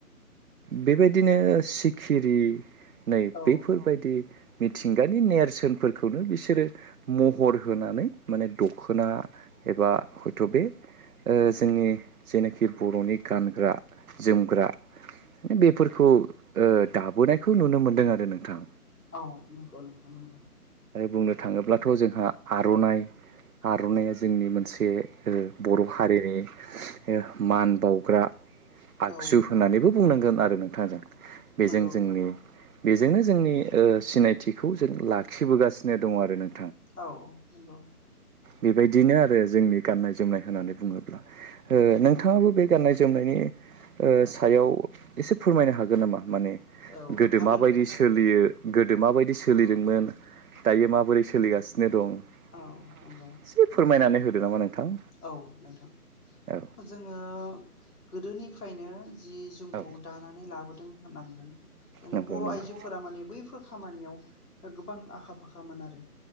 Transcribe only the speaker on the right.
बेबायदिनो सिखिरि नै
बेफोरबायदि मिथिंगानि नेरसोनफोरखौनो बिसोरो महर होनानै माने दख'ना एबा हयथ' बे ओ जोंनि जेनाखि बर'नि गानग्रा - जोमग्रा। बेफोरखौ दाबोनायखौ नुनो मोनदों आरो नोंथां।
आरो बुंनो थाङोब्लाथ' जोंहा आर'नाइ, आर'नाइा जोंनि मोनसे बर' हारिनि मान बावग्रा आगजु
होननानैबो बुं बुंनांगोन आरो नोंथां जों बेजों
जोंनि बेजोंनो जोंनि ओ सिनायथिखौ जों लाखिबोगासिनो दङ आरो नों
बेबायदिनो आरो जोंनि गाननाय-जोमनाय होनानै बुङोब्ला ओ नोंथाङाबो बे गाननाय -जोमनायनि ओ सायाव एसे फोरमायनो हागोन नामा? माने
गोदो
माबायदि
सोलियो। गोदो माबायदि सोलिदोंमोन दायो माबोरै सोलिगासिनो दं? एसे
फोरमायनानै होदो नामा नोंथां?
औ
औ
नंगौ
नंगौ